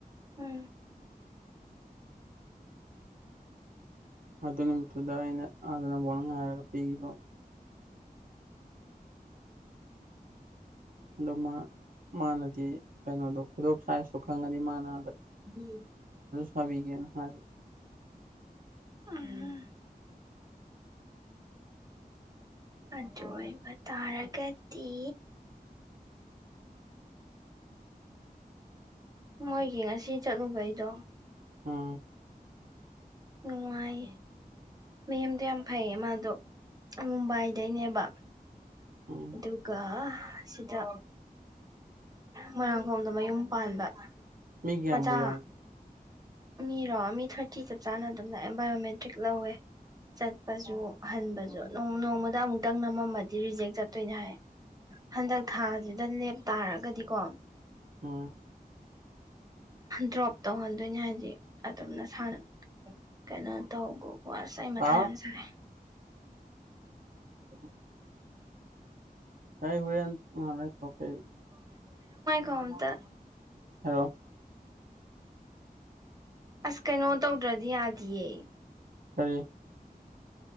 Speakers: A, on the right (about 25°); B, on the right (about 65°).
A: ꯎꯝ
B: ꯑꯗꯨ ꯅꯨꯃꯤꯠꯇꯨꯗ ꯑꯩꯅ ꯑꯥꯗꯅ ꯣꯅ ꯉꯥꯏꯔꯒ ꯄꯤꯈꯤꯕ ꯑꯗꯨ ꯃꯥꯅꯗꯤ ꯀꯩꯅꯣꯗꯣ ꯈꯨꯗꯣꯞ ꯁꯥꯏꯖꯇꯣ ꯈꯪꯉꯗꯤ ꯃꯥꯅ
A: ꯎꯝ
B: ꯍꯥꯕꯤꯒꯅꯦ ꯍꯥꯏ
A: ꯑ ꯑꯗꯨ ꯑꯣꯏꯕ ꯇꯥꯔꯒꯗꯤ ꯃꯣꯏꯒꯤ ꯉꯁꯤ ꯆꯠꯂꯨꯕꯩꯗꯣ
B: ꯑ
A: ꯅꯨꯡꯉꯥꯏꯌꯦ ꯃꯦꯝꯗꯣ ꯌꯥꯝ ꯐꯩꯌꯦ ꯃꯥꯗꯣ ꯃꯨꯝꯕꯥꯏꯗꯩꯅꯦꯕ
B: ꯎꯝ
A: ꯑꯗꯨꯒ ꯁꯤꯗ ꯃꯣꯏꯔꯥꯡꯈꯣꯝꯗ ꯃꯌꯨꯝ ꯄꯥꯟꯕ
B: ꯃꯤ ꯀꯦꯕꯨ
A: ꯃꯆꯥ
B: ꯌꯥꯝꯒꯦ
A: ꯃꯤꯔꯣ ꯃꯤ ꯊꯥꯔꯇꯤ ꯆꯞ ꯆꯥꯅ ꯑꯗꯨꯝ ꯂꯥꯛꯑꯦ ꯕꯥꯏꯑꯣꯃꯦꯇ꯭ꯔꯤꯛ ꯂꯧꯋꯦ ꯆꯠꯄꯁꯨ ꯍꯟꯕꯁꯨ ꯅꯣꯡꯃꯗ ꯑꯃꯨꯛꯇꯪ ꯅꯝꯃꯝꯃꯗꯤ ꯔꯤꯖꯦꯛ ꯆꯠꯇꯣꯏꯅꯦ ꯍꯥꯏꯌꯦ ꯍꯟꯗꯛ ꯊꯥꯁꯤꯗ ꯂꯦꯞꯇꯥꯥꯔꯒꯗꯤꯀꯣ
B: ꯑꯣ
A: ꯗ꯭ꯔꯣꯞ ꯇꯧꯍꯟꯗꯣꯏꯅꯤ ꯍꯥꯏꯗꯤ ꯑꯗꯨꯝꯅ ꯁꯥꯟꯅ ꯀꯩꯅꯣ ꯇꯧꯒꯀ ꯑꯁ ꯑꯩ ꯃꯊꯥ
B: ꯍꯥꯎ
A: ꯑꯃ ꯆꯪꯉꯦ
B: ꯎ ꯀꯥꯏ ꯍꯔ ꯊꯣꯛꯧꯄꯩ
A: ꯀꯣꯝꯗ
B: ꯍꯂꯣ
A: ꯑꯁ ꯀꯩꯅꯣ ꯇꯧꯗ꯭ꯔꯗꯤ ꯌꯥꯗꯤꯌꯦ
B: ꯐꯔꯤ